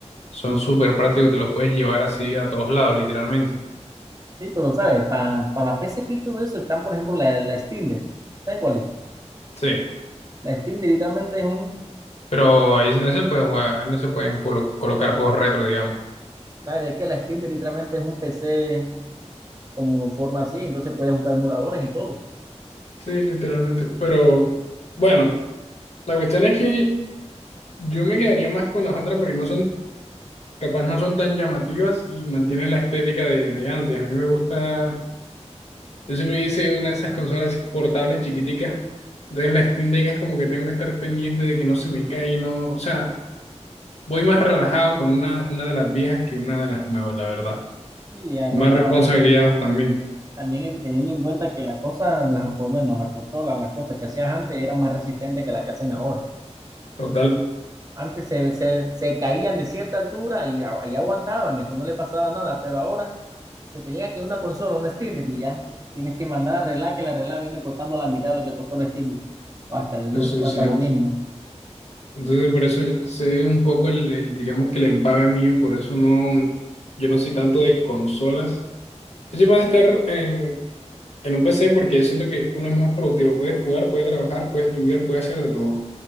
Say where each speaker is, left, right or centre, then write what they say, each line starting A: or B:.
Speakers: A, on the left; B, on the right.
A: son
B: Sí,
A: súper prácticos, te los puedes llevar así a todos lados, literalmente.
B: Sí, pero sabes, para la PSP y todo eso están, por ejemplo, la, la Steam Deck. ¿Sabes cuál es?
A: Sí,
B: La Steam Deck literalmente es un,
A: pero ahí no se puede jugar, ahí no se pueden colo- colocar juegos retro, digamos.
B: ¿sabes de qué? La Steam Deck literalmente es un PC como forma así, entonces puedes usar emuladores y todo.
A: Sí, literalmente. Pero bueno, la cuestión es que yo me quedaría más con las otras porque no son, capaz no son tan llamativas y mantienen la estética de, de antes. A mí me gusta Yo siempre hice una de esas consolas así portables chiquiticas. Entonces la Steam Deck es como que tengo que estar pendiente de que no se me caiga, no, o sea, voy más relajado con una, una de las viejas que una de las nuevas, la verdad.
B: Y además,
A: Más
B: última,
A: responsabilidad también,
B: También teniendo en cuenta que las cosas, las, por lo menos las consolas, las cosas que hacías antes eran más resistentes que las que hacen ahora.
A: total,
B: Antes se, se- se caían de cierta altura y, a- y aguantaban, eso no le pasaba nada, pero ahora se te llega que una consola, un Steam Deck, y ya tienes que mandar a arreglar, que la arreglar viene costando la mitad de lo que costó el Steam Deck, o hasta, el,
A: eso
B: o
A: es
B: hasta
A: cierto.
B: lo mismo.
A: Entonces por eso sé un poco el, el, digamos que el empave mío, por eso no, yo no soy tanto de consolas. Yo soy más de estar en, en un PC porque siento que uno es más productivo, puede jugar, puede trabajar, puede estudiar, puede hacer de todo.